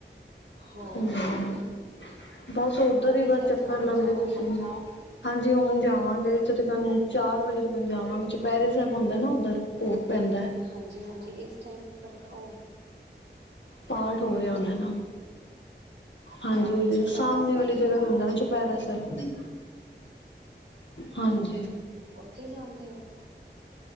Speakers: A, on the right (about 75°); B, on the left (about 80°).
A: ਹੋਰ।
B: ਨੇ। ਬਸ ਓਧਰ
A: ਬੁੜੀ
B: ਹੀ, ਬਸ
A: ਸਾਹਿਬ
B: ਚੱਕਰ
A: ਚ ਹੁਣ
B: ਲੱਗਦੇ
A: ਜਾਓਗੇ
B: ਪਏ ਸੀ। ਹਾਂਜੀ ਹੁਣ ਜਾਵਾਂਗੇ, ਤਕਨ ਚਾਰ ਵਜੇ ਤੱਕਨ ਜਾਵਾਂਗੇ ਚੁਪਹਿਰੇ ਸਾਹਿਬ ਹੁੰਦਾ ਨਾ ਉੱਧਰ। ਭੋਗ ਪੈਂਦਾ।
A: ਹਾਂਜੀ-ਹਾਂਜੀ, ਇਸ ਟਾਈਮ ਪਰ ਉ
B: ਪਾਠ ਹੋ ਰਿਹਾ ਹੋਣਾ ਨਾ। ਹਾਂਜੀ,
A: ਹਾਂ ਚੁਪਹਿਰਾ
B: ਸਾਹਮਣੇ
A: ਸਾਹਿਬ
B: ਵਾਲੀ ਜਗ੍ਹਾ ਤੇ ਹੁੰਦਾ ਨਾ ਚੁਪ ਪੈਰਾ ਸਾਹਿਬ, ਹਾਂਜੀ।
A: ਉੱਥੇ ਜਾਂਦੇ ਹੋ।